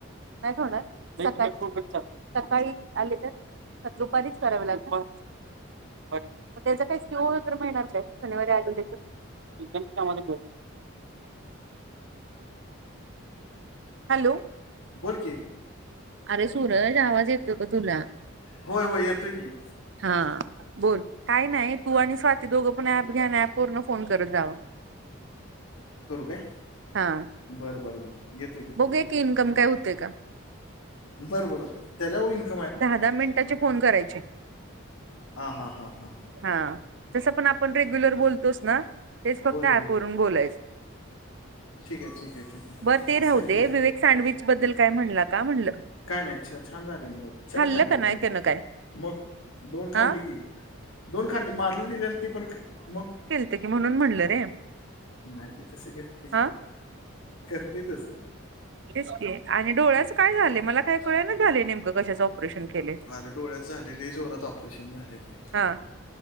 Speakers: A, on the right; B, on the left.
A: नाही खाणार. सकाळी-सकाळी आली तर दुपारीच करावी लाग त्याचं काही सी ओ वैगरे मिळणार काय शनिवारी आली नाय तर? <unintelligible> हॅलो.
B: बोल कि.
A: अरे सूरज, आवाज येतोय का तुला?
B: होय होय येतोय की.
A: हा. बोल काय नाही, तू आणि स्वाती दोघं पण ऍप घ्या अन ऍप वरन फोन करत जावा.
B: करु काय
A: हा.
B: बर बर बर घेतो की.
A: बघुया की इन्कम काय होतय का?
B: बर बर त्याच्यावर इनक
A: दहा दहा मिनिटाचे फोन करायचे,
B: हा हा हा हा हां
A: हा तस पण आपण रेग्युलर बोलतोस ना तेच फक्त
B: होय होय
A: ऍपवरून
B: होय
A: बोलायच.
B: ठीक आहे ठीक आहे ठीक आहे
A: बर ते
B: असं
A: राहू
B: आहे होय
A: दे, विवेक सँडविच बद्दल काय म्हणला का म्हणलं?
B: काय नाय छा छान झालय म्हंटला चार
A: खाल्लं
B: खाल्ली
A: का नाही
B: त्याने
A: त्यानं काय
B: मग दोन खाल्ली
A: हा
B: की दोन खाल्ली मारल दिल्याल ती पण खा म
A: काय की म्हणून म्हणलं रे
B: नाय ते तस करतय की,
A: हा
B: करतय तस
A: तेच की आणि डोळ्याच काय झालय मला काय कळे ना झालय नेमकं कशाच ऑपरेशन केलय.
B: अरे डोळ्याच झालेय लय जोरात ऑपरेशन झालय ते.
A: हा